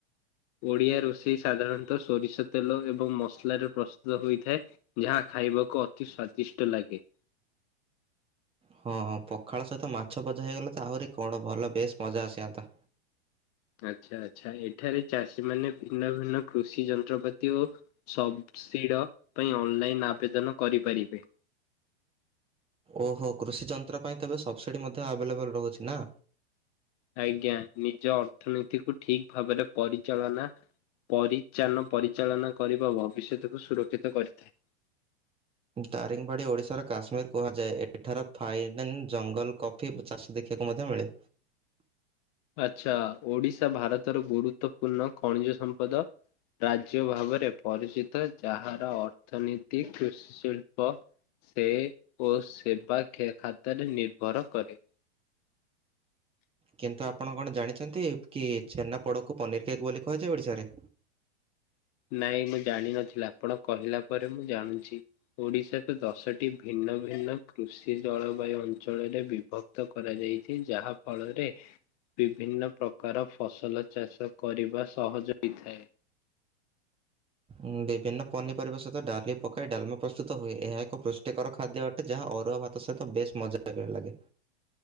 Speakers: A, on the left; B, on the right.
A: ଓଡିଆ ରୋଷେଇ ସାଧାରଣତଃ ସୋରିଷ ତେଲ ଏବଂ ମସଲାରେ ପ୍ରସ୍ତୁତ ହୋଇଥାଏ ଯାହା ଖାଇବାକୁ ଅତି ସ୍ଵାଦିଷ୍ଟ ଲାଗେ।
B: ହଁଁ ପଖାଳ ସହିତ ମାଛ ଭଜା ହେଇଗଲା ତ ଆହୁରି କଣ ଭଲ ବେଶ୍ ମଜା ଆସିଯାଆନ୍ତା।
A: ଆଚ୍ଛା ଆଚ୍ଛା ଏଠାରେ ଚାଷୀ ମାନେ ଭିନ୍ନ ଭିନ୍ନ କୃଷି ଯନ୍ତ୍ରପାତି ଓ ସବ ସିର ପାଇଁ ଅନଲାଇନ ଆବେଦନ କରିପାରିବେ।
B: ଓହୋ କୃଷି ଯନ୍ତ୍ର ପାଇଁ ତେବେ ସବସିଡି ମଧ୍ୟ ଆଭେଲେବଲ ରହୁଛି ନା?
A: ଆଜ୍ଞା ନିଜ ଅର୍ଥନୀତି କୁ ଠିକ୍ ଭାବରେ ପରିଚାଳନା। ପରିଚାନ ପରିଚାଳନା କରିବା ଭବିଷ୍ୟତକୁ ସୁରକ୍ଷିତ କରିଥାଏ।
B: ତାରିଙ୍ଗବାଡ଼ି ଓଡ଼ିଶାର କାଶ୍ମୀର କୁହାଯାଏ ଏଠାର ଫାଇନ୍ ଜଙ୍ଗଲ କପ ଫୁବ ଚାଷ ଦେଖିବାକୁ ମଧ୍ୟ ମିଳେ।
A: ଆଚ୍ଛା ଓଡିଶା ଭାରତର ଗୁରୁତ୍ୱପୂର୍ଣ୍ଣ ଖଣିଜ ସମ୍ପଦ। ରାଜ୍ୟ ଭାବରେ ପରିଚିତ ଯାହାର ଅର୍ଥନୀତି କୃଷି ଶିଳ୍ପ ସେ ଓ ସେବା ଖେ ଖାତାରେ ନିର୍ଭର କରେ।
B: କିନ୍ତୁ ଆପଣ କଣ ଜାଣିଛନ୍ତି କି ଛେନାପୋଡ଼କୁ ପନିର କେକ୍ ବୋଲି କୁହାଯାଏ ଓଡ଼ିଶାରେ।
A: ନାଇଁ ମୁଁ ଜାଣିନଥିଲି ଆପଣ କହିଲା ପରେ ମୁଁ ଜାଣୁଛି। ଓଡିଶାର ଦଶଟି ଭିନ୍ନ ଭିନ୍ନ କୃଷି ଜଳବାୟୁ ଅଞ୍ଚଳରେ ବିଭ କ୍ତ କରାଯାଇଛି ଯାହା ଫଳରେ ବିଭିନ୍ନ ପ୍ରକାର ଫସଲ ଚାଷ କରିବା ସହଜ ହୋଇଥାଏ।
B: ଉଁ ବିଭିନ୍ନ ପନିପରିବା ସହିତ ଡାଲି ପକାଇ ଡଲମା ପ୍ରସ୍ତୁତ ହୁଏ ଏହା ଏକ ପ୍ର ଟିକର ଖାଦ୍ୟ ଅଟେ ଯାହା ଅରୁଆ ଭାତ ସହିତ ବେଶ ମଜା ଲାଗେ ଲାଗେ।